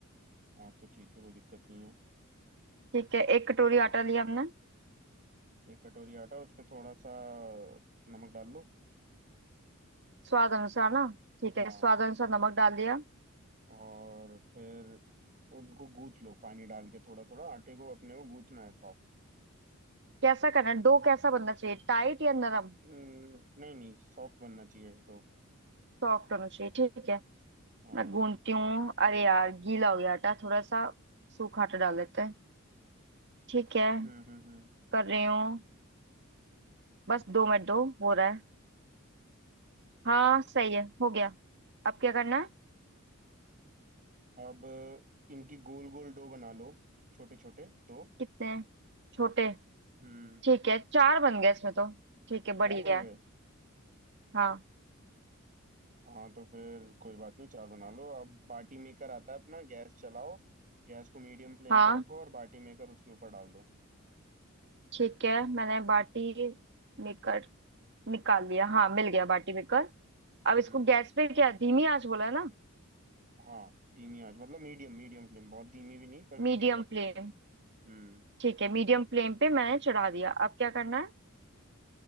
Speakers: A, on the right; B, on the right.
A: हाँ तो ठीक है कोई दिक्कत नहीं है
B: ठीक है एक कटोरी आटा लिया हमने
A: एक कटोरी आटा उस पे थोड़ा सा नमक डाल लो
B: स्वाद अनुसार ना ठीक
A: हाँ
B: है स्वाद अनुसार नमक डाल दिया
A: और फिर उनको गूथ लो पानी डाल के थोड़ा थोड़ा आटे को अपने को गूथना है सॉफ्ट
B: कैसा करना है डो कैसा बनना चाहिए टाइट या नरम
A: नहीं नहीं सॉफ्ट बनना चाहिए डो
B: सॉफ्ट होना चाहिए ठीक है
A: हाँ
B: मैं गूंथती हूँ अरे यार गीला हो गया आटा थोड़ा सा सूखा आटा डाल लेते हैं ठीक है
A: हम्म हम्म हम्म
B: कर रही हूँ बस दो मिनट दो हो रहा है हाँ सही है हो गया अब क्या करना है
A: अब इनकी गोल गोल डो बना लो छोटे छोटे दो
B: कितने हैं? छोटे
A: हम्म
B: ठीक है चार बन गए इसमें तो ठीक है बढ़िया
A: चार बन गए
B: है हाँ
A: हाँ तो फिर कोई बात नहीं चार बना लो अब बाटी मेकर आता है अपना गैस चलाओ गैस को मीडियम फ्लेम
B: हाँ
A: पे रखो और बाटी मेकर उसके ऊपर डाल दो
B: ठीक है मैंने बाटी मेकर निकाल लिया हाँ मिल गया बाटी मेकर अब
A: हम्म
B: इसको गैस पे क्या धीमी आंच बोला है ना
A: हाँ धीमी आंच मतलब मीडियम मीडियम फ्लेम बहुत धीमी भी नहीं पर
B: Medium
A: मीडियम रखनी
B: flame
A: है हम्म
B: ठीक है मीडियम फ्लेम पे मैंने चढ़ा दिया अब क्या करना है